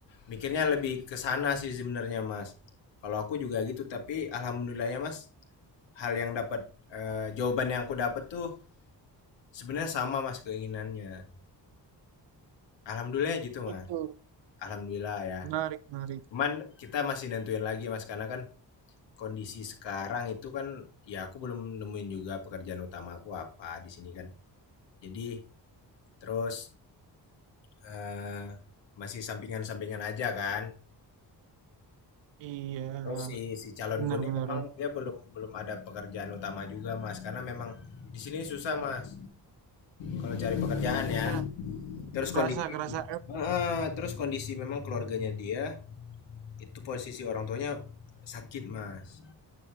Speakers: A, on the left (about 90°); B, on the right (about 80°).
A: mikirnya lebih ke sana sih sebenarnya, Mas. Kalau aku juga gitu, tapi alhamdulillahnya, Mas, hal yang dapat, eee, jawaban yang aku dapat tuh sebenarnya sama mas keinginannya alhamdulillah gitu mas
B: Betul.
A: alhamdulillah ya
B: Menarik, menarik.
A: cuman kita masih nentuin lagi mas karena kan kondisi sekarang itu kan ya aku belum nemuin juga pekerjaan utama aku apa di sini kan jadi terus eh, masih sampingan-sampingan aja kan
B: Iya,
A: terus si si calonku
B: benar-benar.
A: ini memang dia belum belum ada pekerjaan utama juga mas karena memang di sini susah mas kalau cari pekerjaan ya
B: Ya,
A: terus
B: kerasa,
A: kondisi
B: kerasa. Eh,
A: Heeh, terus kondisi memang keluarganya dia itu posisi orang tuanya sakit mas